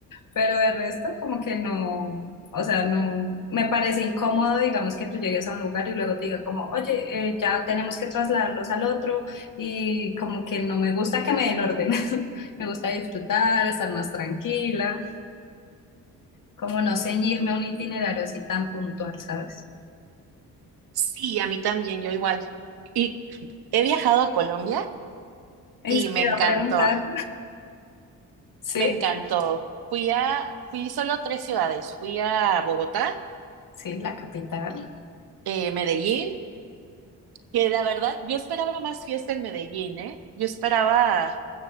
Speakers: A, on the left; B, on the right.
A: Pero de resto, como que no, o sea, no, me parece incómodo, digamos, que tú llegues a un lugar y luego te digan como, oye, eh, ya tenemos que trasladarlos al otro y como que no me gusta que me den orden, <laughs> me gusta disfrutar, estar más tranquila, como no ceñirme a un itinerario así tan puntual, ¿sabes?
B: Sí, a mí también, yo igual. Y he viajado a Colombia
A: Eso
B: y me
A: te iba
B: encantó,
A: a preguntar, sí,
B: me encantó. Fui a, fui solo a tres ciudades, fui a Bogotá,
A: sí, la capital,
B: eh, Medellín, que la verdad yo esperaba más fiesta en Medellín, ¿eh? Yo esperaba